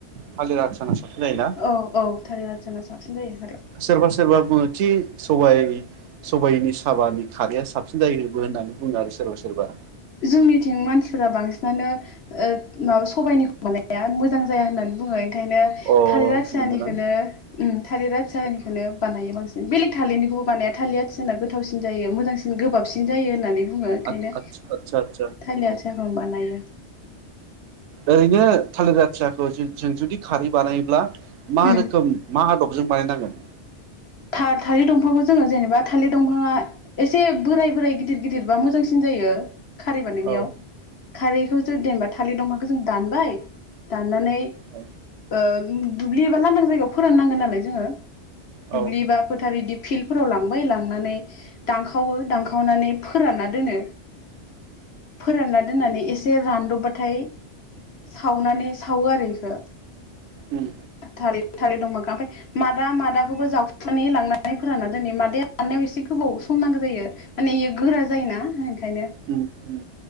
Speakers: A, on the right; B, on the left.
A: थालिर आथियाना साबसिन जायोना
B: औ-औ थालिर आथियाना साबसिन जायो थार।
A: सोरबा-सोरबा बुङो थि सबाय सबायाइनि साबानि खारैया साबसिन जायो होननानै बुङो आरो सोरबा-सोरबा।
B: जोंनिथिं मानसिफोरा बांसिनानो माबा सबायाइनिखौ बानाया मोजां जाया होननानै बुङो ओंखायनो
A: अ
B: थालिर आथियानिखोनो
A: नंगौना
B: उम थालिरा आथियानिखौनो बानायो बांसिन। बेलेग थालिरनिखौबो बानाया थालिर आथियाना गोथावसिन जायो मोजांसिन जायो। गोबाबसिन जायो होननानै बुङो। ओंखायनो
A: आस-आस-आटचा।
B: थालिर आथियाखौ बानायो।
A: ओरैनो थालिर आथियाखौ जों जुदि खारै बानायोब्ला मा
B: उम
A: रोखोम मा आदब जों बानायनांगोन?
B: था-थालिर दंफांखौ जोङो जेनेबा थालिर दंफाङा एसे बोराय बोराय गिदिर गिदिर बा मोजांसिन जायो खारै बानायनायाव।
A: औ
B: खारैखौसो जेनबा थालिर दंफांखौ जों दानबाय दाननानै
A: औ
B: ओ दुब्लि एबा लान्दां जायगायाव फोराननांगोन नालाय जोङो।
A: औ
B: दुब्लि बा फोथार बिदि फिल्डफोराव लांबाय लांनानै दानखावो दानखावनानै फोरानना दोनो। फोरानना दोननानै एसे रानदबबाथाय सावनानै सावो आरो बेखो
A: उम
B: थालिर थालिर दंफांखो। ओमफ्राय मादा मादाखौबो जावखुनानै लांनानै फोराना दोनहैयो। मादाया एसे गोबाव सम नांगो जायो माने बेयो गोरा जायोना ओंखायनो।
A: उम उम